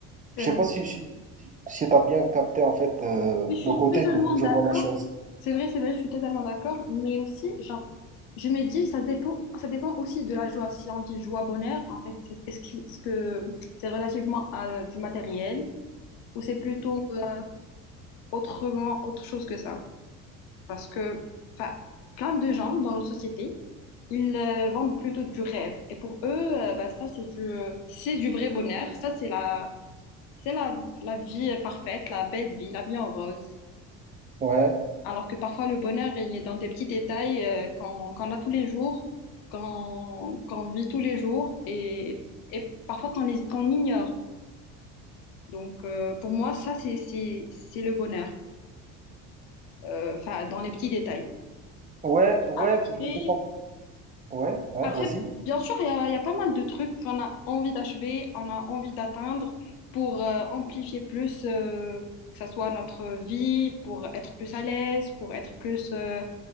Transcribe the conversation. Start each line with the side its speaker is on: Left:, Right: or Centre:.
Left: C'est
Right: Je sais
Left: vrai.
Right: pas si, si, si tu as bien capté, en fait, euh,
Left: Je suis
Right: le côté
Left: totalement
Right: d'où je
Left: d'accord.
Right: vois la chose.
Left: C'est vrai, c'est vrai, je suis totalement d'accord. Mais aussi, genre, je me dis, ça dépend, ça dépend aussi de la joie. Si on dit joie, bonheur, en fait, c'est- est-ce que est-ce que c'est relativement à du matériel ou c'est plutôt euh, autrement, autre chose que ça? Parce que, enfin, plein de gens dans nos sociétés ils euh, vendent plutôt du rêve. Et pour eux, euh, bah, ça, c'est du, c'est du vrai bonheur. Ça, c'est la, c'est la, la vie parfaite, la belle vie, la vie en rose.
Right: Ouais,
Left: Alors que parfois, le bonheur, il est dans des petits détails euh, qu'on, qu'on a tous les jours, qu'on, qu'on vit tous les jours et, et parfois qu'on les, qu'on ignore. Donc, euh, pour moi, ça, c'est, c'est, c'est le bonheur, euh, enfin, dans les petits détails.
Right: ouais, ouais,
Left: Après,
Right: je, je comprends. Ouais, ouais,
Left: Après,
Right: vas-y.
Left: bien sûr, il y a, il y a pas mal de trucs qu'on a envie d'achever, on a envie d'atteindre pour euh, amplifier plus, euh, que ça soit notre vie, pour être plus à l'aise, pour être plus euh,